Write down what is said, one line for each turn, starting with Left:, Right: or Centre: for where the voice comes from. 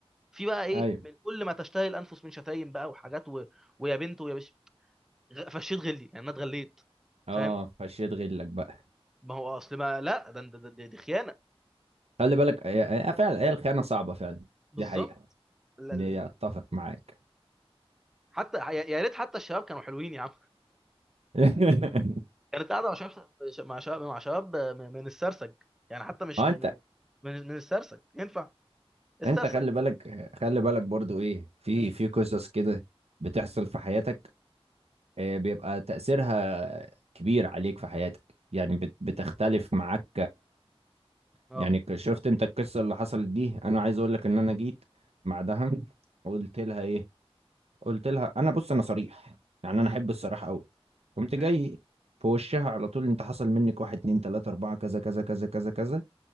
Centre: في بقى ايه
Right: ايوه
Centre: من كل ما تشتهي الانفس من شتايم بقى وحاجات و... ويا بنت ويا بش غ- فشيت غلي يعني انا اتغليت
Right: اه
Centre: فاهم
Right: فشيت غلك بقى
Centre: ما هو اصل ما لا ده ده- ده- دي خيانه
Right: خلي بالك هي- هي فعلا هي الخيانة صعبة فعلا
Centre: بالظبط
Right: دي حقيقة
Centre: لا-
Right: دي
Centre: ال-
Right: هي اتفق معاك
Centre: حتى يا يا ريت حتى الشباب كانوا حلوين يا عم
Right: <laughs>
Centre: كانت قاعده مع شباب مع شباب مع شباب من من السرسج يعني حتى مش
Right: هو
Centre: من
Right: انت
Centre: من من من السرسج ينفع السرسج
Right: انت خلي بالك خلي بالك برضو ايه في
Centre: امم
Right: في قصص كده بتحصل في حياتك آه، بيبقى
Centre: اه
Right: تأثيرها كبير عليك في حياتك يعني بت- بتختلف معاك
Centre: اه
Right: يعني ك- شفت انت القصة اللي حصلت دي انا عايز اقول لك ان انا جيت بعدها قلت لها ايه قلت لها انا بص انا صريح يعني انا احب الصراحة قوي قمت
Centre: حلو
Right: جاي في وشها على طول انت حصل منك واحد اتنين تلاتة اربعة كذا كذا كذا كذا كذا